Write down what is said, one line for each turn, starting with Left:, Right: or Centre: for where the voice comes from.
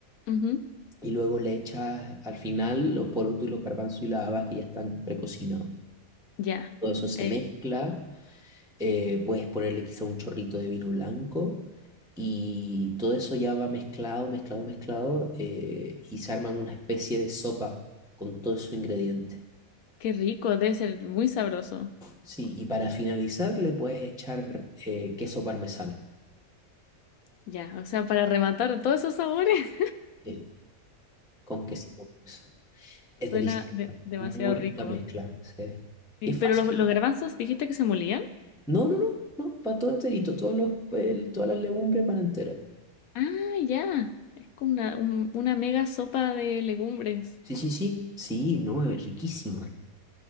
Left: Ujú.
Centre: y luego le echas al final los porotos y los garbanzos y las habas que ya están precocinados.
Left: Ya.
Centre: Todo eso se
Left: Eh,
Centre: mezcla, eh, puedes ponerle quizá un chorrito de vino blanco y todo eso ya va mezclado, mezclado, mezclado eh, y se arman una especie de sopa con todos esos ingredientes.
Left: qué rico, debe ser muy sabroso.
Centre: Sí, y para finalizar le puedes echar eh, queso parmesano,
Left: Ya, o sea, para rematar todos esos sabores,
Centre: sí, con quesito parmesano.
Left: <laughs>
Centre: Es
Left: suena
Centre: delicioso,
Left: de- demasiado
Centre: muy rica
Left: rico.
Centre: mezcla, sí.
Left: Sí,
Centre: Y es
Left: pero
Centre: fácil.
Left: los, los garbanzos, dijiste que se molían.
Centre: No, no, no, no, para todo enterito, todos los, el- todas las legumbres para entera.
Left: Ah, ya. Es como una, un- una mega sopa de legumbres.
Centre: Sí, sí, sí, sí, no, es riquísima.